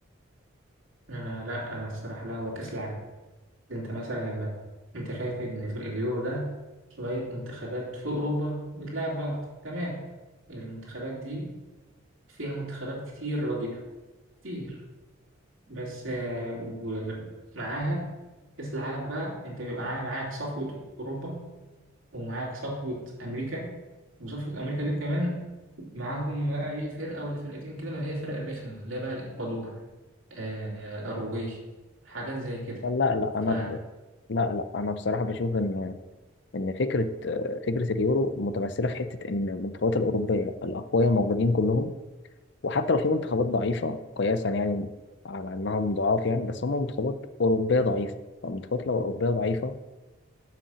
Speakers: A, on the right; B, on the left.
A: أنا لا أنا الصراحة لا هو كأس العالم أنت مثلا لما أنت شايف إن في اليورو ده شوية منتخبات في أوروبا بتلعب بعض تمام المنتخبات دي فيها منتخبات كتير رديئة كتير بس آه، ومعاها كأس العالم بقى أنت بيبقى معاك صفوة أوروبا ومعاك صفوة أمريكا وصفة أمريكا دي كمان معاهم بقى إيه فرقة ولا فرقتين كده من اللي هي فرق الرخمة اللي هي بقى الإكوادور آه الأروجواي حاجات زي كده
B: لا لا انا
A: ف
B: ب... لا لا انا بصراحه بشوف ان ان فكره آه، فكره اليورو متمثله في حته ان المنتخبات الاوروبيه الاقوياء موجودين كلهم وحتى لو في منتخبات ضعيفة قياسا يعني على إنهم ضعاف يعني بس هم منتخبات أوروبية ضعيفة فالمنتخبات لو أوروبية ضعيفة